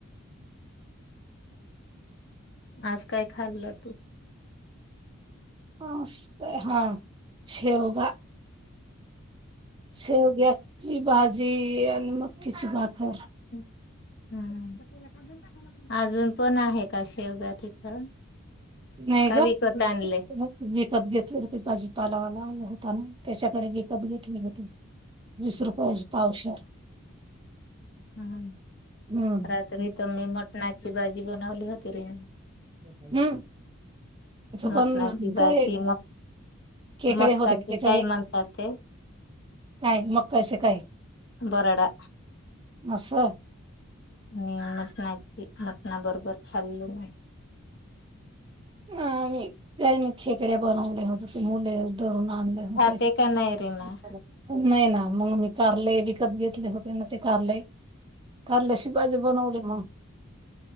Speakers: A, on the left; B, on the right.
A: आज काय खाल्लं तू?
B: असं, हा शेवगा शेवग्याची भाजी आणि मक्याची भाकर.
A: हम्म. अजून पण आहे का शेवगा तिथं?
B: नाही
A: का
B: ग.
A: विकत आणले?
B: मी विकत घेतले होते ते भाजीपालवाला होता ना. त्याच्याकडे विकत घेतली होती. वीस रुपयाची पावशेर.
A: हम्म.
B: हम्म
A: रात्री तर मी मटणाची भाजी बनवली होती रे.
B: हम्म. पण
A: मटणाची भाजी
B: काय
A: मग
B: खेकडे
A: मक्काची
B: होते खेकडे.
A: काय म्हणतात ते?
B: काय मग कसे काय?
A: बरडा
B: अस-
A: मी मटणाची मटणा बरोबर खाल्ल नाही.
B: नाही. काही नाही खेकडे बनवले <unintelligible> <unintelligible>
A: खाते का नाही रीमा?
B: नाही ना मंग मी कारले - विकत घेतले होते ना ते कारले? कारल्याची भाजी बनवली मग.